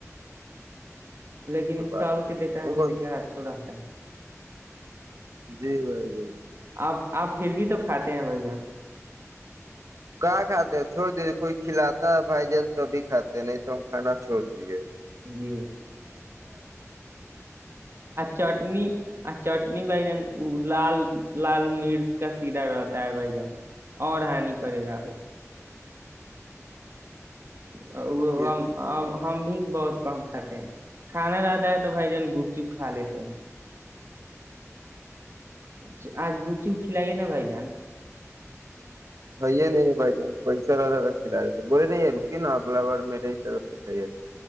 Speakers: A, on the right; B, on the right.
A: لیکن
B: یہ تو بات
A: ٹال کے
B: ہم
A: دیتا ہے
B: کو
A: اتے کیا چھورا <unintelligible>
B: جی و گ <inaudible> <unintelligible>
A: اب آپ پھر بھی تو کھاتے ہیں بائی ہم ہم
B: کہاں کھاتے ہیں چھوڑ دیجے کوئی کھلاتا ہے بھائی جان توبھی کھاتے ہیں نہیں تو ہم کھانا چھوڑ دیجے
A: جی چٹنی چٹنی بھ جان لال لال مرچ کا سیدھا رہتا ہے بھائی جان اور ہانی کرے گا ہ وہ
B: یہ تو صحیح بات
A: ہم بھی بہت کم کھاتے ہیں کھانا جاتا ہے تو بھائی جان گپ چپ کھا لیتے ہیں اچ <unintelligible> آج گوپ چپ کھلائیے نا بھائی جان
B: ہےئی نہیں بائی ج پیسہ والتاا رکھی ل رہے تو بولے ن روکے نا اگلا بار میں رہی طرف سے تھ